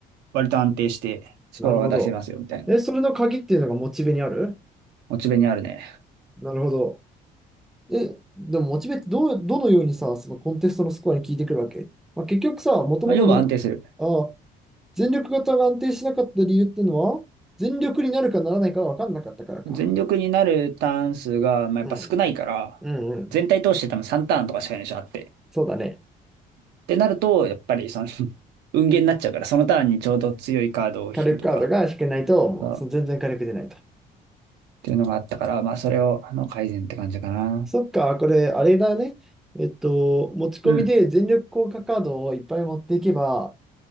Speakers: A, on the right; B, in the centre.
A: 割と安定してスコアが出せますよみたいな。
B: なるほど。え、それの鍵っていうのがモチベにある
A: モチベにあるね。
B: なるほど。え、でもモチベってどう、どのようにさ、そのコンテストのスコアに効いてくるわけまあ、結局さ、もともとも、
A: まあ、要は安定する。
B: ああ、全力型が安定しなかった理由っていうのは、全力になるかならないかが分かんなかったからか。
A: 全力になるターン数が、まあ、やっぱ少ないから、
B: うん。うんうん。
A: 全体通して多分3ターンとかしかないでしょ、あって。
B: そうだね。
A: ってなると、やっぱりその <laughs> 運ゲーになっちゃうから、そのターンにちょうど強いカードを引くとか、
B: 火力カードが引けないと、もうそ全然火力出ないと。
A: うんっていうのがあったから、まあそれを、あの、改善って感じかな。
B: そっか、これ、あれだね。えっと、持ち込みで全力効果カードをいっぱい持っていけば、
A: うん。